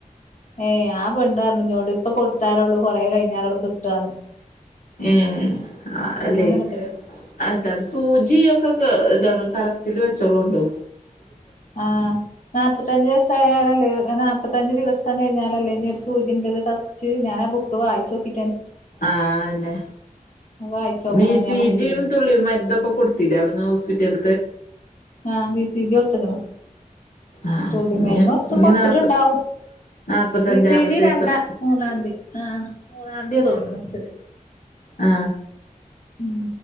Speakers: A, on the left; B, on the left.
A: ഏ ആ പെണ്ണ് പറഞ്ഞു നോട് ഇപ്പൊ കൊടുത്താലള്ളൂ കൊറേ കഴിഞ്ഞാലള്ളു കിട്ടാന്ന്.
B: ഉം ആ അല്ലെ
A: അങ്ങനെണ്ടത്രേ
B: എത്താണ് സൂചി ഒക്കെ ക്കെ എത്താണ് കറക്റ്റില് വെച്ചളോണ്ടു.
A: ആ നാല്പ്പത്തഞ്ചു ദിവസായാലല്ലേ നാൽപ്പത്തഞ്ചച് ദിവസം കഴിഞ്ഞാലല്ലേ ഇനി ഒരു സൂചി ള്ളത് ഫസ്റ്റ് ഞാൻ ആ ബുക്ക് വായിച്ച നോക്കി
B: ആ ആന്നെ.
A: വായിച്ചോക്കണം
B: ബീ
A: ഇനി
B: സീ
A: ആ ബുക്കിലേ
B: ജി യും തുള്ളി മര്ന്നൊക്കെ കൊടുത്തില്ല അവിടന്ന് ഹോസ് പിറ്റൽ
A: ആ ബി സി ജി കൊടുത്ക്ക്ണ്
B: ആഹ്
A: തുള്ളി
B: ഇനി
A: മരന്ന്ടുത്ത്
B: ഇനി
A: കൊട്ത്തിട്ടുണ്ടാവും
B: നാപ്പത്തി നാപ്പത്തഞ്ചാമത്തെ
A: ബി സി ജി രണ്ടാ
B: ദിവസം
A: മൂന്നാംതി ആ മൂന്നാംതിയ തോന്നു വെച്ചത്
B: ആ
A: ഉ